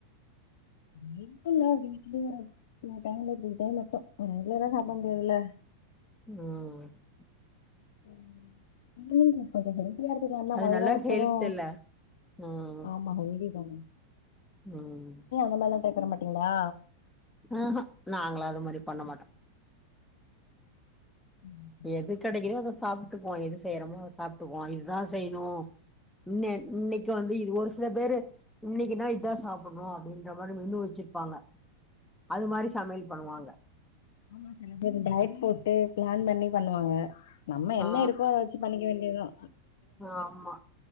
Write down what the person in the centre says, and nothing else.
ஆ
அது
நல்லா
ஹெல்த் இல்ல ம்
ம்
ஆஹ நாங்களா அது மாரி பண்ண மாட்டோ
எது கெடைக்குதோ அத சாப்ட்டுக்குவோ எது செய்றோமோ அத சாப்ட்டுக்குவோ இதுதா செய்ணு இன் இன்னைக்கு வந்து இது ஒரு சில பேரு இன்னைக்குனா இதுதா சாப்புணு அப்டின்ற மாரி மெனு வெச்சு ப்பாங்க அது மாரி சமையல் பண்ணுவாங்க
ஆ
ஆமா